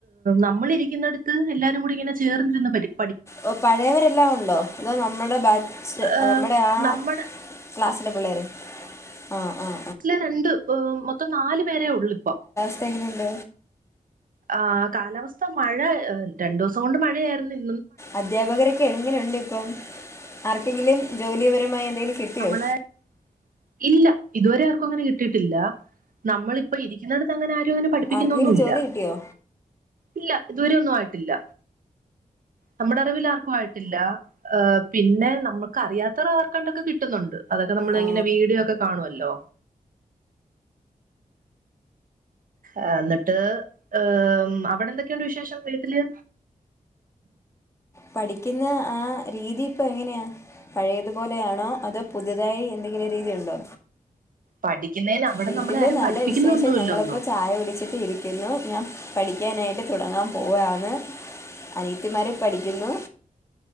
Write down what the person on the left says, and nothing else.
ഓ പഴയവരെല്ലാ ഉണ്ടോ അതോ നമ്മടെ ബാച്ച്
നമ്മുടെ ആ
ക്ലാസ്സിലെ പിള്ളേര് ആഹ് ആഹ്
പ്പെങ്ങനെയുണ്ട്
അദ്ധ്യാപകരൊക്കെങ്ങനെണ്ട്പ്പം ആർക്കെങ്കിലും ജോലിപരമായി എന്തെങ്കിലും കിട്ടിയോ
ആർക്കെങ്കിലും ജോലി കിട്ടിയോ
ആ
പഠിക്കുന്ന ആ രീതി ഇപ്പൊ എങ്ങെനെയാ? പഴയതുപോലെയാണോ അതോ പുതിതായി എന്തെങ്കിലും രീതിയുണ്ടോ?
വീട്ടില്
നല്ല
വിശേഷം. ഞങ്ങളിപ്പോ
ചായ കുടിച്ചിട്ട് ഇരി ക്കുന്നു. ഞാൻ പഠിക്കാനായിട്ട് തുടങ്ങാൻ പോവയാണ്. അനിയത്തിമാര് പഠിക്കുന്നു.